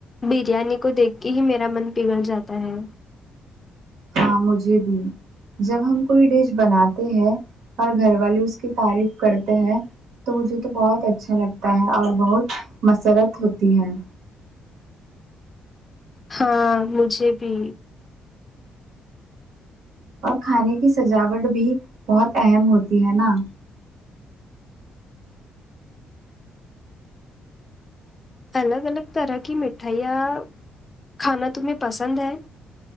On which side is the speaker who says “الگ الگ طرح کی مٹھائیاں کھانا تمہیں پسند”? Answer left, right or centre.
Left